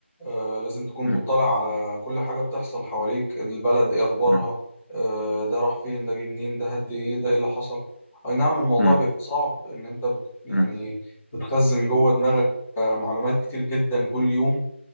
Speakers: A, in the centre; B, on the left.
A: آه لازم تكون
B: م.
A: مطلع على كل حاجة بتحصل حواليك البلد ايه اخبارها
B: مم.
A: آه ده راح فين ده جه منين ده هد ايه ده ايه اللي حصل اي نعم الموضوع
B: مم.
A: بيبقى صعب ان انت بت- يعني
B: مم.
A: بتخزن جوه دماغك آه معلومات كتير جدا كل يوم